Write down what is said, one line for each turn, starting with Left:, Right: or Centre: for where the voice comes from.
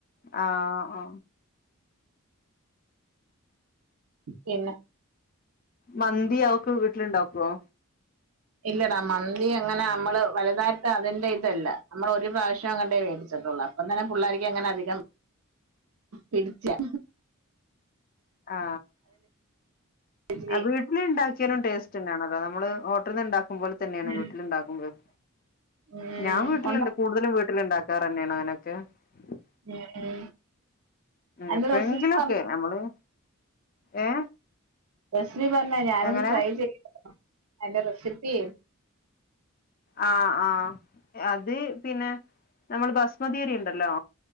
Left: ആ ആ
Right: പിന്നെ
Left: മന്തി അവക്ക് വീട്ടിലിണ്ടക്കുവോ
Right: ഇല്ലടാ മന്തി അങ്ങനെ നമ്മള് വലുതായിട്ട് അതിന്റെ ഇതല്ല നമ്മൾ ഒരു പ്രാവശ്യം അങ്ങണ്ടേ വേടിച്ചിട്ടുള്ളൂ അപ്പം തന്നെ പിള്ളേർക്ക് അങ്ങനെ അധികം പിടിച്ചില
Left: ആ
Right: ഇച്ചിരി
Left: ആ വീട്ടില് ഇണ്ടാ ഒരിക്കലും ടസ്റ്റ് തന്നാണല്ലോ നമ്മള് ഹോട്ടിലിന്നോണ്ട തന്നെയാണ്
Right: ഉം
Left: വീട്ടിലുണ്ടാക്കുമ്പഴും
Right: ഉം
Left: ഞാൻ വീട്ടിലുണ്ട്
Right: ഉണ്ടോ
Left: കൂടുതലും വീട്ടിലിണ്ടാ <unintelligible>
Right: മ് മ് എന്റെ
Left: എപ്പോഴെങ്കിലൊക്കെ
Right: റെസിപ്പി പറ
Left: നമ്മള് ഏ
Right: റെസിപ്പി പറഞ്ഞ ഞാനും
Left: എങ്ങനെ
Right: ട്രൈ ചെയ് എന്റെ റെസിപ്പി <inaudible>
Left: ആ ആ അത് പിന്നെ നമ്മള് ബസ്മതിയരി ഉണ്ടല്ലോ